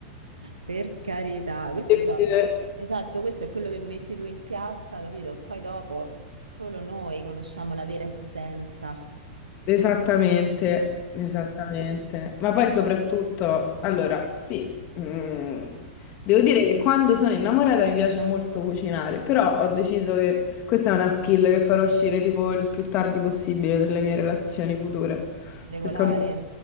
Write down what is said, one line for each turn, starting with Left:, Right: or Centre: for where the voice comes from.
Right: Per carità, questo
Left: Incredibile.
Right: so- esatto, questo è quello che metti tu in piazza, capito? E Poi dopo solo noi conosciamo la vera essenza
Left: Esattamente, esattamente. Ma poi soprattutto, allora, sì, mm, devo dire che quando sono innamorata mi piace molto cucinare, però ho deciso che questa è una skill che farò uscire tipo il più tardi possibile nelle mie relazioni future.
Right: regolare.
Left: Perché ho- no,